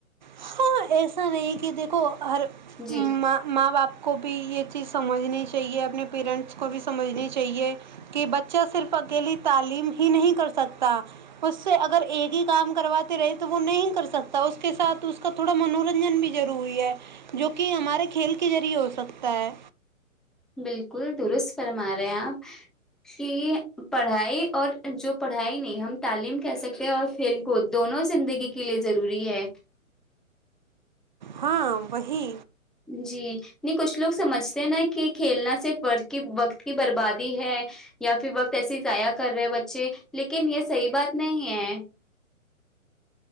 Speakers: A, on the right; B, in the centre.
A: ہاں ایسا نہیں کہ دیکھو ہر
B: جی
A: ما ما باپ کو بھی یہ چیز سمجھنی چاہیے اپنے پیرنٹس کو بھی سمجھنی چاہیے کہ بچہ صرف اکیلی تعلیم ہی نہیں کر سکتا اس سے اگر ایک ہی کام کرواتے رہے تو وہ نہیں کر سکتا اس کے ساتھ اس کا تھوڑا منورنجن بھی ضروری ہے جو کہ ہمارے کھیل کے ذریعے ہو سکتا ہے
B: بالکل درست فرما رہے ہیں آپ کہ پڑھائی اور جو پڑھائی نہیں ہم تعلیم کہ سکتے اور کھیل کود دونوں زندگی کے لیے ضروری ہے
A: ہاں وہی
B: جی نہیں کچھ لوگ سمجھتے نا کہ کھیلنا صرف ور کی وقت کی بربادی ہے یا پھر وقت ایسے ہی ضائع کر رہے ہیں بچے لیکن یہ صحیح بات نہیں ہے